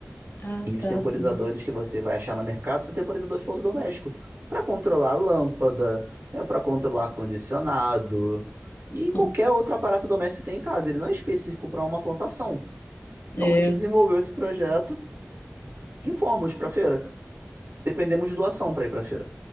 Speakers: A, on the left (about 60°); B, on the right (about 80°).
A: Ah,
B: E
A: tá,
B: os temporizadores
A: por isso.
B: que você vai achar no mercado são temporizadores para uso doméstico, para controlar a lâmpada, é para controlar condicionado e qualquer
A: <laughs>
B: outro aparato doméstico que você tem em casa. Ele não é específico para uma plantação. Então
A: É.
B: a gente desenvolveu esse projeto e fomos para a feira. Dependemos de doação para ir para a feira,